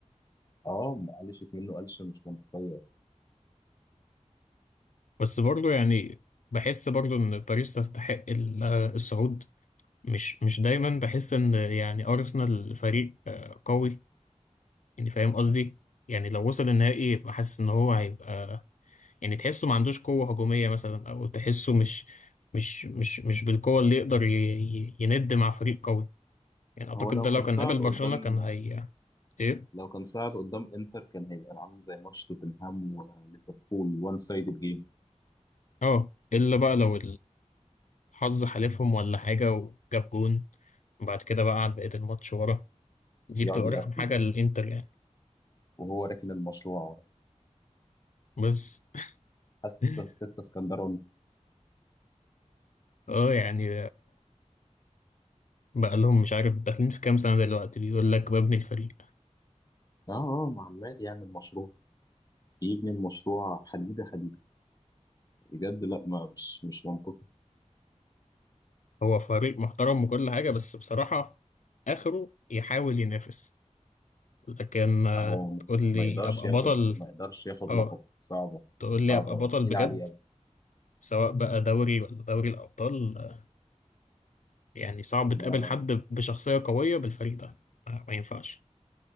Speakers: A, on the left; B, on the left.
A: اه ما قلشت منه قلشه مش منطقيه
B: بس برضو يعني بحس برضو ان باريس تستحق ال- آه، الصعود مش مش دايما بحس ان يعني ارسنال فريق آه، قوي يعني فاهم قصدي يعني لو وصل النهائي بحس ان هو هيبقى يعني تحسه ما عندوش قوة هجومية مثلا أو تحسه مش مش مش مش بالقوة اللي يقدر ي- ي- يند مع فريق قوي يعني أعتقد
A: هو لو
B: ده
A: كان
B: لو كان
A: صعد
B: قابل
A: قدام
B: برشلونة كان هي إيه؟
A: لو كان صعد قدام انتر كان هيبقى عامل زي ماتش توتنهام وليفربول وان سايدد جيم
B: أه إلا بقى لو الحظ حالفهم ولا حاجة وجاب جون وبعد كده بقى قعد بقية الماتش ورا دي
A: يقعد
B: بتبقى
A: يقفل
B: رخم حاجة
A: بقى
B: للإنتر يعني
A: وهو راكن المشروع ورا
B: بس
A: حاسس
B: <laughs>
A: ارتيتا اسكندراني
B: أه يعني بقى لهم مش عارف داخلين في كام سنة دلوقتي بيقول لك ببني الفريق
A: اه اه ما عمال يعمل مشروع يبني المشروع حديده حديده بجد لا ما مش مش منطقي
B: هو فريق محترم وكل حاجة بس بصراحة آخره يحاول ينافس لكن آه،
A: هو
B: تقول لي
A: ما يقدرش
B: ابقى
A: ياخد
B: بطل
A: ما يقدرش ياخد
B: اه
A: لقب صعبه
B: تقول
A: صعبه
B: لي ابقى بطل
A: تقيله
B: بجد
A: عليه قوي
B: سواء بقى دوري ولا دوري الابطال آه، يعني صعب تقابل
A: لا لا
B: حد بشخصية قوية بالفريق ده آه، ما ينفعش